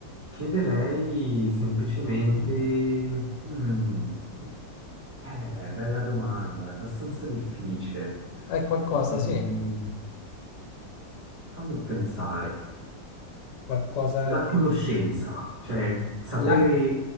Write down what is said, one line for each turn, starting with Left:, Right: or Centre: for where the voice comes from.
Right: chiederei semplicemente... mm, eh, bella domanda, è abbastanza difficile.
Left: È qualcosa,
Right: Ehm,
Left: sì,
Right: fammi pensare.
Left: qualcosa
Right: La
Left: che
Right: conoscenza, cioè sapere,
Left: la